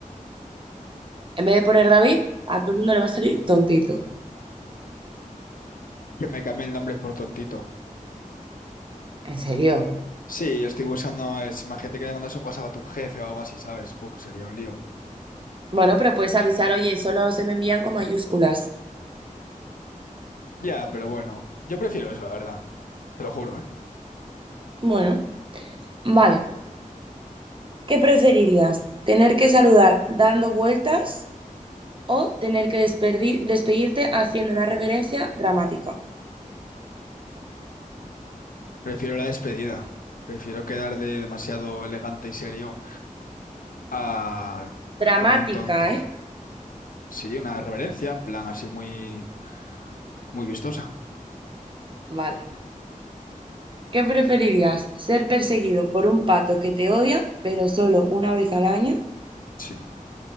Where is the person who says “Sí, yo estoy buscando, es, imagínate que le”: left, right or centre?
Left